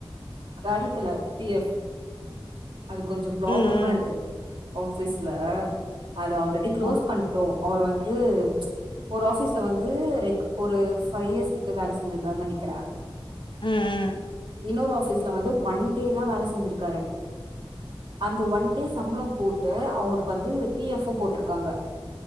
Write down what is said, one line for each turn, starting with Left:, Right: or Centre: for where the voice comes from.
Right: கெடைக்கல பி எஃப் அது கொஞ்சோ ப்ராப்ளமா
Left: ம்
Right: இருக்கு
Left: ம்
Right: ஆஃபீஸ்ல அத ஆல்ரெடி க்ளோஸ்
Left: ம்
Right: பண் ட்டோ அவர் வந்து ஒரு ஆஃபீஸ்ல வந்து ரெகு ஒரு ஃபைவ் இயர்ஸ் கிட்ட வேல செஞ்சிந்தார்னு நெனைக்குற
Left: ம் ம்
Right: இன்னொரு ஆஃபீஸ்ல வந்து ஒன் டே தா வேல செஞ்சிருக்காரு அந்த ஒன் டே சம்பளம் போட்டு அவருக்கு வந்து பி எஃப்பு போட்டுருக்காங்க